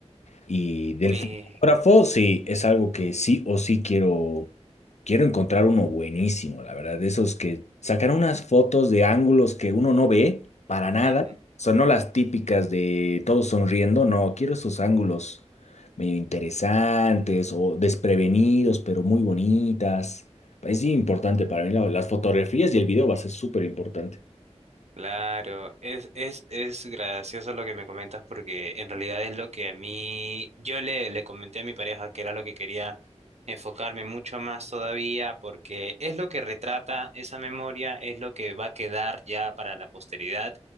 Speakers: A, on the left; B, on the right.
A: Y del
B: Uy,
A: fotógrafo, sí, es algo que sí o sí quiero, quiero encontrar uno buenísimo, la verdad, de esos que sacan unas fotos de ángulos que uno no ve para nada,
B: mm,
A: son no las típicas de todos sonriendo, no, quiero esos ángulos medio interesantes o desprevenidos, pero muy bonitas. Es importante para mí, la- las fotografías y el video va a ser súper importante.
B: claro, es, es, es gracioso lo que me comentas porque en realidad es lo que a mí, yo le, le comenté a mi pareja que era lo que quería enfocarme mucho más todavía porque es lo que retrata esa memoria, es lo que va a quedar ya para la posteridad